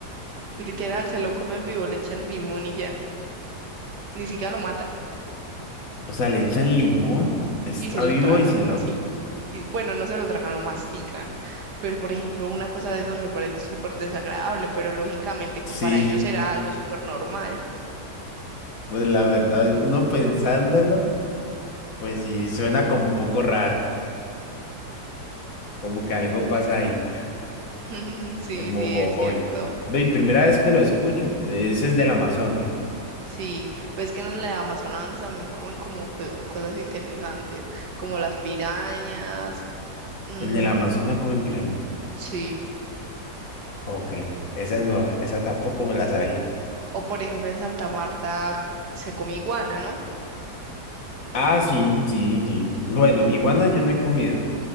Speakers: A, on the right; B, on the left.
A: literal, se lo comen vivo, le echan limón y ya. Ni siquiera lo matan.
B: O sea, le echan limón, está
A: y se lo
B: vivo
A: tragan
B: y se lo...
A: así. Y, bueno, no se lo tragan, lo mastican. Pero, por ejemplo, una cosa de esas me parece súper desagradable, pero lógicamente que
B: Sí,
A: para ellos era algo súper normal.
B: <laughs> pues la verdad, uno pensándolo. Pues sí, suena como un poco raro, como que algo pasa ahí,
A: <laughs> Sí,
B: el mojojoy.
A: sí, es cierto.
B: Ve, y primera vez que lo escucho, ese es del Amazonas.
A: Sí, pues que en la Amazonas también comen como co- cosas interesantes, como las pirañas. mm,
B: El del Amazonas comen piraña.
A: sí,
B: Ok, esa es nueva, esa tampoco me la sabía.
A: o por ejemplo en Santa Marta se come iguana, ¿no?
B: Ah, sí, sí, sí. Bueno, iguana yo no he comido,